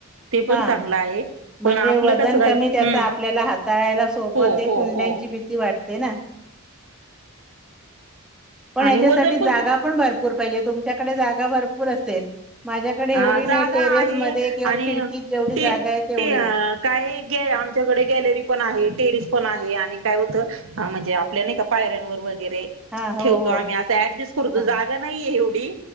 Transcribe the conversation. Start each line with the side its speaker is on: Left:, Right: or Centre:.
Right: ते पण
Centre: हा
Right: चांगलं आहे.
Centre: म्हणजे
Right: पण आपलं
Centre: वजन
Right: कसं काय
Centre: कमी त्याच
Right: हम्म
Centre: आपल्याला हाताळायला सोपं
Right: हो
Centre: ते
Right: हो
Centre: कुंड्यांची
Right: हो
Centre: भीती वाटते. पण
Right: आणि
Centre: याच्यासाठी
Right: वजन
Centre: जागा पण भरर. े तुमच्याडे जागा भरपूर असेल माझ्याकडे
Right: अ
Centre: एवढी
Right: जागा
Centre: टेरेस
Right: आहे
Centre: म किंवा
Right: आणि
Centre: खड. <unintelligible> ती जेवढी
Right: ते
Centre: जागा आहे तेवढीच,
Right: ते काय ग आमच्याकडे गॅलरी पण आहे, टेरिस पण आहे आणि काय होतं. हा म्हणजे आपल्या नाही का पायर्यानवर वगैरे,
Centre: हा हो
Right: ठेवतो
Centre: हो
Right: आम्ही अस ऍडजस्ट करतो,
Centre: हा
Right: जागा नाहीये एवढी